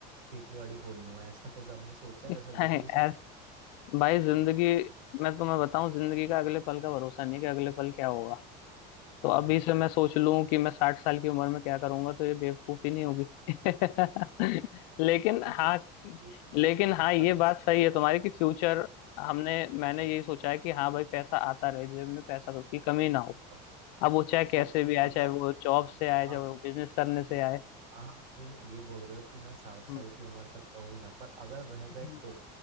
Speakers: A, on the right; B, on the left.
A: खेती बाड़ी खोल लूंगा ऐसा कुछ आपने सोचा है? जैसे
B: <laughs>
A: लोग
B: है,
A: यही सोच
B: ऐ- भाई जिंदगी मैं तुम्हें बताऊं जिंदगी का अगले पल का भरोसा नहीं कि अगले पल क्या होगा तो अभी
A: हम्म
B: से मैं सोच लूं कि मैं साठ साल की उम्र में क्या करूंगा तो ये बेवकूफी नहीं होगी <laughs> लेकिन
A: वो
B: हाँ
A: फिर ये
B: लेकिन हाँ ये
A: अगर
B: बात
A: सोचो,
B: सही है तुम्हारी कि फ्यूचर हमने मैंने यही सोचा है कि हाँ भाई पैसा आता रहे जेब में पैसा तो की कमी ना हो
A: अब
B: अब वो चाहे
A: अब
B: कैसे
A: सोच
B: भी आए
A: अगर
B: चाहे वो जॉब से आए चाहे
A: आप
B: वो बिजनेस करने से आए
A: आप ये बोल रहे हो कि मैं साठ साल
B: हम्म।
A: की उम्र तक रहूंगा पर अगर रह गए
B: हम्म।
A: तो